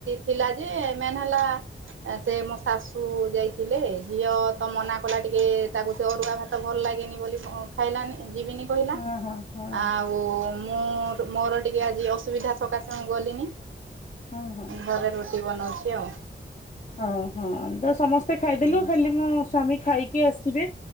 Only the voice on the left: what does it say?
ହଁ ହଁ ହଁ
ହଁ ହଁ
ଓ ହୋ ତ ସମସ୍ତେ ଖାଇଦେଲୁ।
ଖାଲି ମୋ ସ୍ଵାମୀ ଖାଇକି ଆସିବେ।